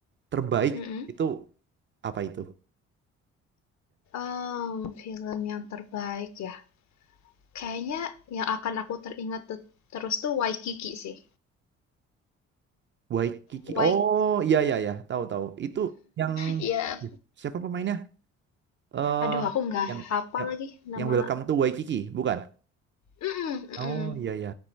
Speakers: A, on the right (about 35°); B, on the left (about 60°).
A: terbaik
B: Mm-mm.
A: itu apa itu?
B: Em, film yang terbaik ya, kayaknya yang akan aku teringat te- terus tuh Waikiki sih.
A: Waikiki.
B: Waik,
A: Oh, iya iya ya, tahu tahu. Itu yang
B: Iya.
A: siapa pemainnya? Eh
B: aduh aku nggak
A: yang
B: hafal
A: yang
B: lagi nama.
A: yang Welcome to Waikiki, bukan?
B: Mm-mm, mm-mm.
A: Oh, iya iya.